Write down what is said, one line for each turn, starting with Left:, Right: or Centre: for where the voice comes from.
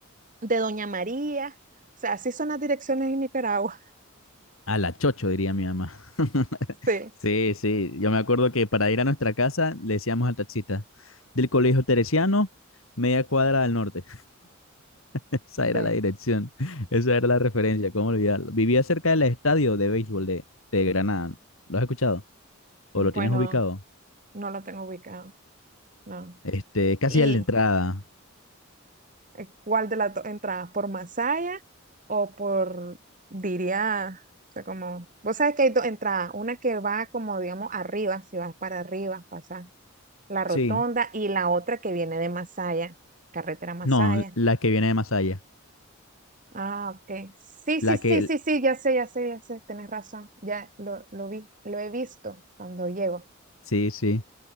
Right: de Doña María. O sea, así son las direcciones en Nicaragua.
Left: a la chocho, diría mi mamá. <laughs>
Right: <laughs> Sí,
Left: Sí, sí, yo me acuerdo que para ir a nuestra casa le decíamos al taxista, del Colegio Teresiano, media cuadra al norte. Esa era
Right: sí.
Left: la dirección, <laughs> esa era la referencia, cómo olvidarlo. Vivía cerca del estadio de béisbol de, de Granada. ¿Lo has escuchado? ¿O
Right: Bueno,
Left: lo tienes ubicado?
Right: no lo tengo ubicado, no.
Left: Este, casi
Right: ¿Y
Left: a la entrada.
Right: eh, cuál de las dos entradas? ¿Por Masaya o por, diría, o sea, como, vos sabés que hay dos entradas, una que va como, digamos, arriba, si vas para arriba, pasas La Rotonda
Left: Sí.
Right: y la otra que viene de Masaya, carretera Masaya.
Left: No, la que viene de Masaya.
Right: Ah, ok. Sí,
Left: La
Right: sí, sí,
Left: que,
Right: sí, sí, ya sé, ya sé, ya sé, tenés razón. Ya lo, lo vi, lo he visto cuando llego.
Left: sí, sí.